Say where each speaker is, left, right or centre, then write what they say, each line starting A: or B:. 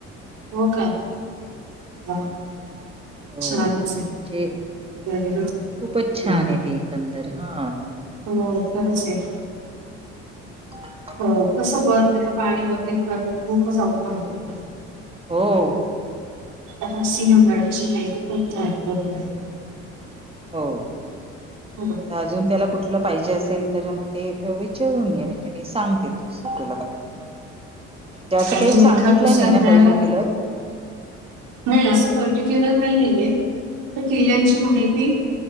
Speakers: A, on the right (about 55°); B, on the right (about 15°).
A: हो का? हां
B: हो.
A: चालूच आहे
B: म्हणजे खूपच छान
A: <inaudible>
B: आहे ते एकंदर. हां.
A: हो, खरंच आहे
B: <inaudible>
A: हो कसं वर नाही पाणी वगैरे करण खूपच अवघड होतो
B: हो
A: आता सिहगडाची माहिती पण <unintelligible>
B: हो
A: हो.
B: अजून त्याला कुठलं पाहिजे असेल तर मग ते विचारून घे म्हणजे मी सांगते तुस तुला म्हणजे असं
A: अजून
B: काही सांगितलं
A: एका-दुसरा
B: नाही ना
A: मिळाला
B: पर्टिक्युलर
A: नाही असं पर्टिक्युलर काही नाही आहेे तर किल्ल्यांची माहिती